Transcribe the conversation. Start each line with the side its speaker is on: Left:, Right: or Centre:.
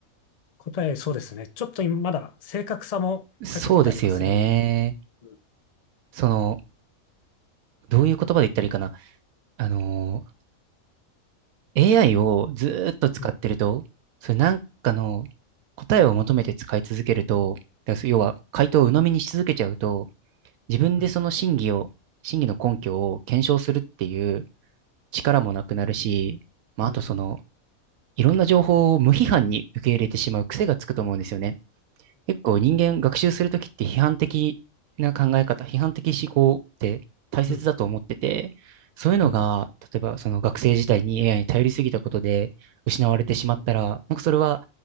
Left: 答え、そうですね。ちょっと今まだ正確さも欠けてたりはするんで。
Right: そうですよね。
Left: うん、
Right: その、どういう言葉で言ったらいいかな。あのー AI をずーっと使ってると、
Left: うん、
Right: それなんかの答えを求めて使い続けると、だから要は回答を鵜呑みにし続けちゃうと、自分でその真偽を、
Left: うん、
Right: 真偽の根拠を検証するっていう力もなくなるし、まあ、
Left: うん、
Right: あとその、いろんな情報を無批判に受け入れてしまう癖がつくと思うんですよね。結構人間学習するときって批判的な考え方、批判的思考って大切だと思ってて、
Left: うん、
Right: そういうのが、
Left: うん。
Right: 例えばその学生時代に AI に頼りすぎたことで失われてしまったら、なんかそれは